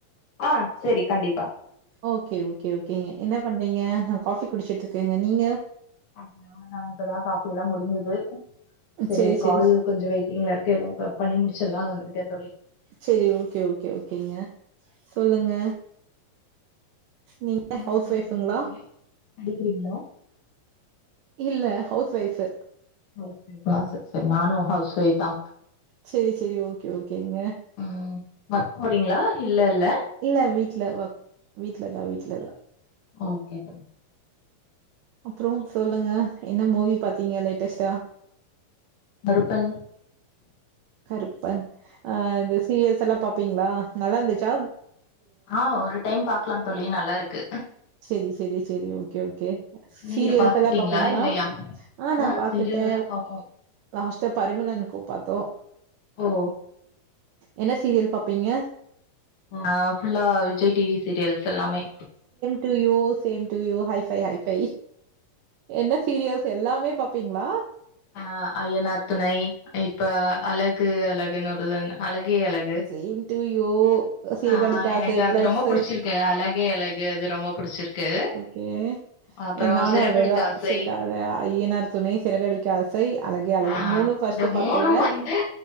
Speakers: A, on the left (about 40°); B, on the right (about 75°).
A: அ செரி கண் டிப்பா
B: ஓக்கே ஓக்கே ஓக்கேங்க என்ன பண்றீங்க நா காஃபி குடிச்சிட் இருக்கேங்க நீங்க
A: அப்யா நா இப்பதா காஃபி எல்லா முடிஞ்சுது சரி
B: சேரி
A: கால்
B: சேரி
A: கொஞ்சொ வெய்ட்டிங்ல இருக்கு எல்லா ப பண்ணி முடிச்சிர்லான்னு வந்துர்க்கே தோழி
B: செரி ஓக்கே ஓக்கே ஓக்கேங்க சொல்லுங்க நீங்
A: என்ன
B: ஹவுஸ்
A: பண்ணிட்டு
B: ஒய்ஃபுங்களா
A: இருக்கீங்க தோழி படிக்கிறீங்களா
B: இல்ல ஹவுஸ் ஒய்ஃபு
A: ஓக்கேப்பாசு <unintelligible> நானு ஹவுஸ் ஒய்ப் தா
B: சேரி சேரி ஓகே ஓகேங்க
A: ம் ஒர்க் போறீங்களா இல்லல்ல
B: இல்ல வீட்ல ஒக் வீட்லதா வீட்லதா
A: ஓக்கே தோ
B: அப்பற சொல்லுங்க என்ன மூவி பாத்தீங்க லேட்டஸ்ட்டா
A: பருப்பன்
B: கருப்பன் அ ந்த சீரியஸ் அல்லாம் பாப்பீங்களா நல்லாந்துச்சா
A: அ ஒரு டைம் பாக்கலா தோழி நல்லாருக்கு
B: ச்செரி ச்செரி ச்செரி ஓக்கே ஓக்கே
A: நீங்க
B: சீரியல்ஸ்
A: பாத்துட்டீங்களா
B: எல்லாப் பாப்பீங்ளா
A: இல்லையா
B: ஆ நா பாத்துட்டேல்
A: சீரியல் எல்லா பாப்போ
B: லாஸ்ட்அ பரிமள் ஆண் கோ பாத்தோ
A: ஒ
B: என்ன சீரியல் பப்பீங்க
A: அ ஃபுல்லா விஜய் டிவி சீரியல்ஸ் எல்லாமே
B: to you same to you hi ஃவை hi ஃவை என்ன சீரியல்ஸ் எல்லாமே பாப்பீங்களா
A: அ அய்யனார் துணை இப்ப அழகு அழகுன்னு ஒருது என்ன அழகே அழகு
B: சேம் டூ யூ, சிறுகடிக்க
A: அ எனக்கு
B: ஆசை,
A: அது
B: பிளஸ்
A: ரொம்ப புடிச்சிருக் கு அழகே அழகு அது ரொம்ப புடிச்சிருக்கு
B: கே
A: அப்புறோ
B: என் நாலூ
A: சிறகடிக்க
B: அதேதா
A: ஆசை
B: சிக்கதயா ஆயி ஐயனார் துணை சிறகடிக்க ஆஸ் சை அழகே அழகு
A: ஆ
B: மூணு ஃபஸ்ட்
A: இந்த
B: பாத்துருவ
A: மூணு வந்து